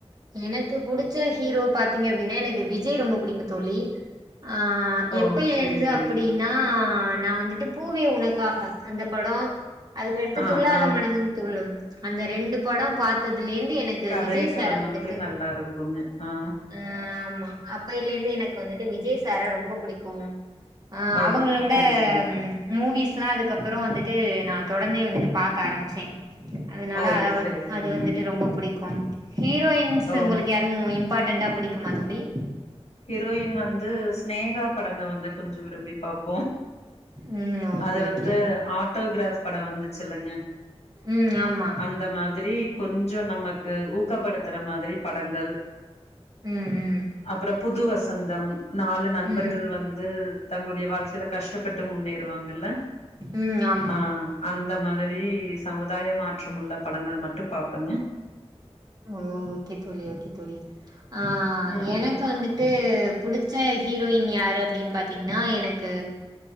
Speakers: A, on the right; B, on the left.
A: எனக்கு புடிச்ச ஹீரோ பாத்தீங்க அப்டின்னா எனக்கு விஜய் ரொம்ப பிடிக்கு தோழி ஆ,
B: ஓ
A: எப்ப எழுந்து
B: செரி செரிங்க
A: அப்டின்னா நா வந்துட்டுப் பூவே உனக்காக அந்த படோ அதுக்கடுத்து
B: ஆ
A: துல்லாத
B: ஆ
A: மனமும் துல்லும் அந்த ரெண்டு படோ பாத்ததுலேந் <unintelligible> எனக்கு
B: கதைக்களம்
A: விஜய் சார வந்துட்டு
B: <unintelligible> நல்லா இருக்குங்க ஆ
A: ஆ ஆமா <unintelligible> எனக்கு வந்துட்டு விஜய் சார ரொம்ப புடிக்குங்க அ
B: ஓ
A: அவுங்களோட
B: செரி செரி
A: மூவிஸ்லா அதுக்கப்புறோ வந்துட் டு நான் தொடர்ந்தே வந்துட்டு பாக்க ஆரம்பிச்சே அதனால
B: ஓ
A: அத்
B: செரி செரிங்க
A: அது வந்துட்டு ரொம்ப புடிக்கு ஹீரோயின்ஸ்
B: ஓ
A: உங்களுக்கு யாருங்க <unintelligible> இம்பார்ட்டன்டா புடிக்குமா தோழி
B: ஹீரோயின் வந் து ஸ்நேகா படங்க வந்துட் கொஞ்சோ விரமே பாப்போ
A: ம் ஓகே
B: அது
A: ஓகே
B: வந்து ஆட்டோகிராப் படோ வந்துச்சுல்லங்க
A: ம் ஆமா
B: அந்த மாதிரி கொஞ்சோ நமக்கு ஊக்கப்படுத் த்ற மாதிரி படங்கள்
A: ம் ம்
B: அப்புறோ புதுவசந்தம் நாலு நண்பர்கள்
A: ம்
B: வந்து தங்களுடைய வாழ்க்கையில கஷ்டப்பட்டு முன்னேறுவாங்கல்ல
A: ம் ஆமா
B: அ அந்தப் மாதிரி சமுதாய மாற்றம் உள்ள படங்கள் மட்டும் பாப்பேங்க
A: ஓ ஓகே தோழி ஓகே தோழி அ
B: ம்
A: எனக்கு வந்துட்டு புடிச்ச ஹீரோயின் யாரு அப்டின்னு பாத்தீங்ன்னா எனக்கு